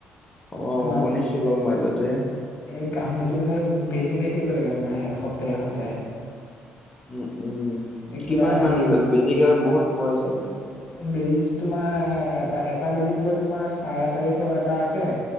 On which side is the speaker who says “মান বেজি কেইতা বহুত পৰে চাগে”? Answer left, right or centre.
Left